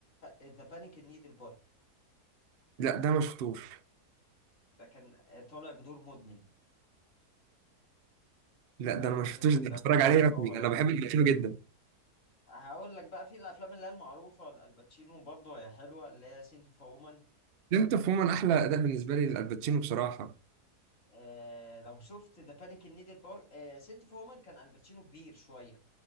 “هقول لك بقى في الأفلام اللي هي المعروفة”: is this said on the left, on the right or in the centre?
Left